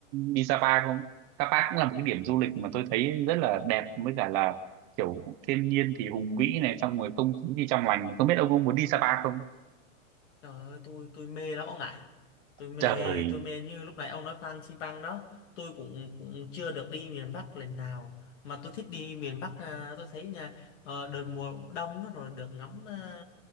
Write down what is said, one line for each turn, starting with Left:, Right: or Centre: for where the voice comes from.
Right: đi Sapa không? Sapa cũng là một cái điểm du
Left: Ừ.
Right: lịch mà tôi thấy rất là đẹp với cả là kiểu thiên nhiên thì hùng vĩ này xong rồi không khí thì trong lành không biết ông có muốn đi Sapa không?
Left: Trời ơi, tôi tôi mê lắm ông ạ. Tôi mê
Right: Trời
Left: tôi mê như lúc nãy ông nói Phan Xipang đó, tôi cũng cũng chưa được đi miền Bắc lần nào mà tôi thích đi miền Bắc à, tôi thấy nha ờ, đợt mùa đông nó rồi được ngắm à,